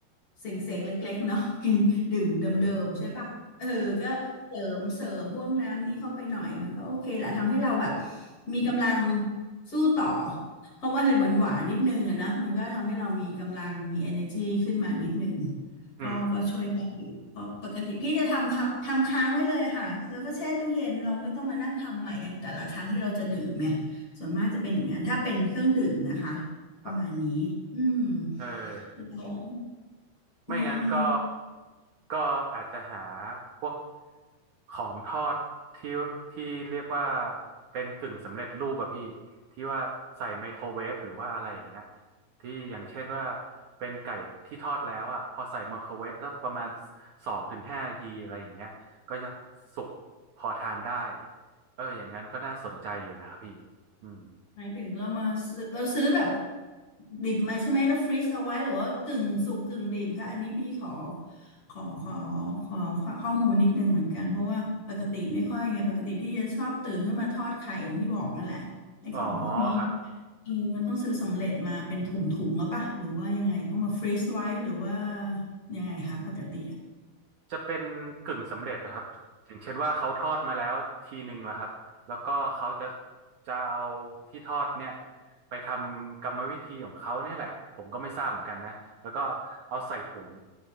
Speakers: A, on the left; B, on the right.
A: เซ็งๆเล็กๆเนาะ <laughs> กินดื่มเดิมๆใช่ปะเออก็เสริมเสริมพวกน้ำนี้เข้าไปหน่อยมันก็โอเคละทำให้เราแบบ
B: <laughs>
A: มีกำลังสู้ต่อเพราะว่าอะไรหวานๆนิดนึงอะนะมันก็ทำให้เรามีกำลังมี energy ขึ้นมานิดนึง
B: อืม
A: ก็ก็ช่วยได้อยู่เพราะปกติพี่จะทำค่ะทำค้างไว้เลยค่ะแล้วก็แช่ตู้เย็นเราไม่ต้องมานั่งทำใหม่กันแต่ละครั้งที่เราจะดื่มเนี่ยส่วนมากจะเป็นอย่างนั้นถ้าเป็นเครื่องดื่มนะคะ
B: ครับ
A: ประมาณนี้อืม
B: เออ
A: แล้ว
B: ไม่งั้นก็
A: เมนู
B: ก็อาจจะหาพวกของทอดที่ที่เรียกว่าเป็นกึ่งสำเร็จรูปอะพี่ที่ว่าใส่ไมโครเวฟหรือว่าอะไรอย่างเงี้ยที่อย่างเช่นว่าเป็นไก่ที่ทอดแล้วอะพอใส่ไมโครเวฟสักประมาณสองถึงห้านาทีอะไรอย่างเงี้ยก็จะสุกพอทานได้เอออย่างนั้นก็น่าสนใจอยู่นะครับพี่อืม
A: หมายถึงเรามาซื้อเราซื้อแบบดิบมาใช่ไหมแล้วฟรีซเอาไว้หรือว่ากึ่งสุกกึ่งดิบคะอันนี้พี่ขอขอขอขอข้อมูลนิดนึงเหมือนกันเพราะว่าปกติไม่ค่อยไงปกติพี่จะชอบตื่นขึ้นมาทอดไข่อย่างที่บอกนั่นแหละไอ้ของพวกนี้
B: อ๋อครับ
A: เออมันต้องซื้อสำเร็จมาเป็นถุงถุงแล้วปะหรือว่ายังไงต้องมาฟรีซไว้หรือว่ายังไงคะปกติอะ
B: จะเป็นกึ่งสำเร็จนะครับอย่างเช่นว่าเขาทอดมาแล้วทีหนึ่งแล้วครับแล้วก็เขาจะจะเอาที่ทอดเนี่ยไปทำกรรมวิธีของเขาเนี่ยแหละผมก็ไม่ทราบเหมือนกันนะแล้วก็เอาใส่ถุง